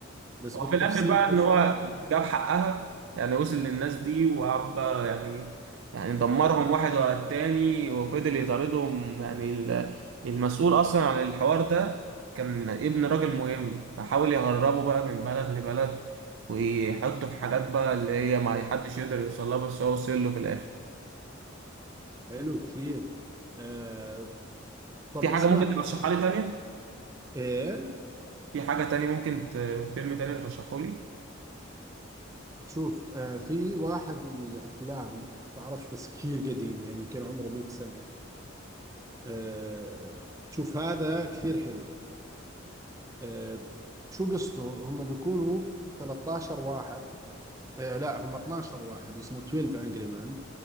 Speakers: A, on the right; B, on the right.
A: بس
B: هو
A: بالتفصيل
B: في الاخر بقى
A: شو
B: ان
A: صار
B: هو جاب حقها يعني وصل للناس دي وقعد بقى يعني يعني دمرهم واحد ورا التاني وفضل يطاردهم يعني ال- المسؤول اصلا عن الحوار ده كان ابن راجل مهم فحاول يهربه بقى من بلد لبلد ويحطه في حاجات بقى اللي هي ما حدش يقدر يوصلها بس هو وصل له في الاخر
A: حلو كثير آه طب
B: في حاجة
A: اسمع
B: ممكن ترشحها لي تانية؟
A: إيه
B: في حاجة تانية ممكن ت... فيلم تاني ترشحه لي؟
A: شوف آه في واحد من الأفلام بعرفش بس كثير قديم يعني يمكن عمره 100 سنة آه شوف هذا كثير حلو آه، شو قصته هم بيكونوا 13 واحد آه، لا هم 12 واحد اسمه 12 انجري مان